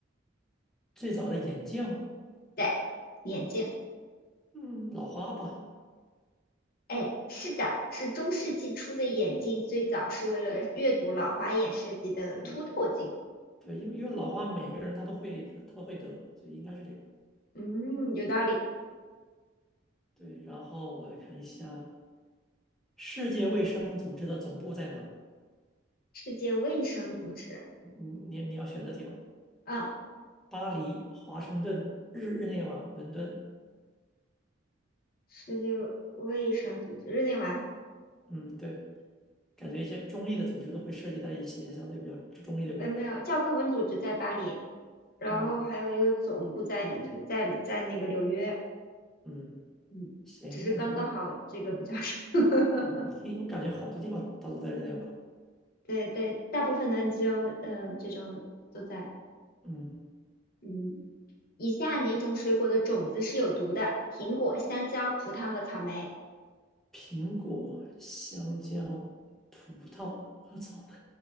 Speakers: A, in the centre; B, on the left.
A: 最早的眼镜。
B: 对，眼镜。
A: 嗯，老花吧，
B: 哎，是的，是中世纪初的眼镜，最早是为了阅读老花眼设计的凸透镜。
A: 对对，因为因为老花每个人他都会他都会得，所以应该是这个。
B: 嗯，有道理。
A: 对，然后我来看一下世界卫生组织的总部在哪儿？
B: 世界卫生组织，
A: 嗯嗯你你要选择题吗？
B: 嗯，
A: 巴黎、华盛顿、日日内瓦、伦敦。
B: 世界卫生组织，日内瓦，
A: 嗯，对，感觉一些中立的组织都会涉及到一些相对比较中立的国家。
B: 呃，没有，教科文组织在巴黎。然后还有一个总部在在在那个纽约，
A: 哦，嗯，
B: 嗯，
A: 行，
B: 只是刚刚好这个比较少，
A: 那你问吧。
B: <laughs>
A: 好吧，我听我感觉好多地方它都在日内瓦。
B: 对对，大部分的 NGO，呃，这种都在，
A: 嗯
B: 嗯，以下哪种水果的种子是有毒的？苹果、香蕉、葡萄和草莓。
A: 苹果、香蕉、葡萄和草莓，